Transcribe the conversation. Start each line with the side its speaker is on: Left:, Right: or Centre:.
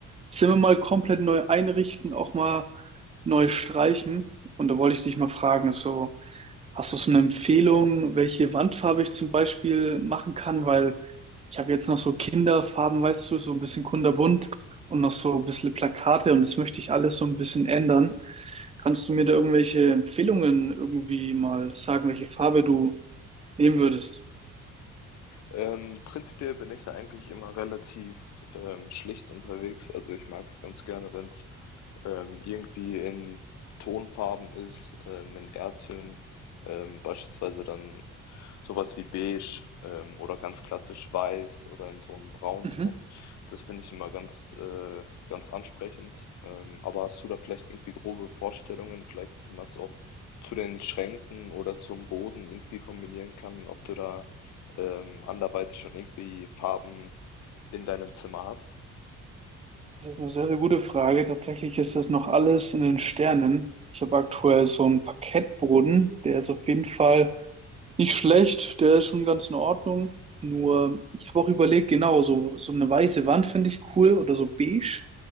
Right: Zimmer mal komplett neu einrichten, auch mal neu streichen. Und da wollte ich dich mal fragen, so, hast du so eine Empfehlung, welche Wandfarbe ich zum Beispiel machen kann? Weil ich habe jetzt noch so Kinderfarben, weißt du, so ein bisschen kunterbunt und noch so ein bisschen Plakate und das möchte ich alles so ein bisschen ändern. Kannst du mir da irgendwelche Empfehlungen irgendwie mal sagen, welche Farbe du nehmen würdest?
Left: Ähm, prinzipiell bin ich da eigentlich immer relativ ähm, schlicht unterwegs. Also ich mag es ganz gerne, wenn es ähm, irgendwie in Tonfarben ist, ähm, in Erdtönen, ähm, beispielsweise dann sowas wie beige ähm, oder ganz klassisch weiß oder in so einem Braunton.
Right: Mhm.
Left: Das finde ich immer ganz, äh, ganz ansprechend. Ähm, aber hast du da vielleicht irgendwie grobe Vorstellungen? Vielleicht, dass man das auch zu den Schränken oder zum Boden irgendwie kombinieren kann, ob du da ähm, anderweitig schon irgendwie Farben in deinem Zimmer hast.
Right: Das ist eine sehr, sehr gute Frage. Tatsächlich ist das noch alles in den Sternen. Ich habe aktuell so einen Parkettboden, der ist auf jeden Fall nicht schlecht, der ist schon ganz in Ordnung. Nur, ich habe auch überlegt, genau, so, so eine weiße Wand finde ich cool oder so beige